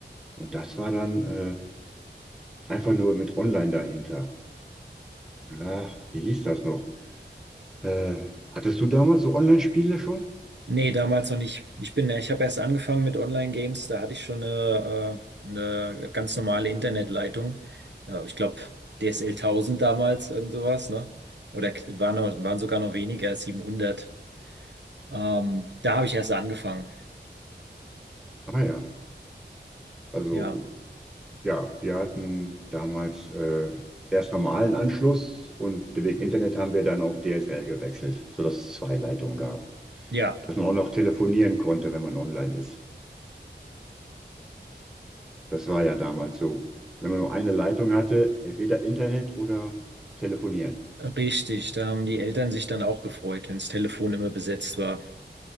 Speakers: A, in the centre; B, on the right.
A: Und das war dann äh, einfach nur mit Online dahinter. Ach, wie hieß das noch? Äh, hattest du damals so Online-Spiele schon?
B: Nee, damals noch nicht. Ich bin, ja- ich habe erst angefangen mit Online-Games, da hatte ich schon eine, äh, eine ganz normale Internetleitung. Ja, ich glaube, DSL 1000 damals, irgend sowas, ne? Oder k- waren, noch, waren sogar noch weniger, 700. Ähm, da habe ich erst angefangen.
A: Ah ja, also
B: Ja,
A: ja, wir hatten damals äh, erst normalen Anschluss und wegen Internet haben wir dann auf DSL gewechselt, sodass es zwei Leitungen gab.
B: ja,
A: Dass man auch noch telefonieren konnte, wenn man online ist. Das war ja damals so. Wenn man nur eine Leitung hatte, entweder Internet oder telefonieren.
B: richtig. Da haben die Eltern sich dann auch gefreut, wenns Telefon immer besetzt war.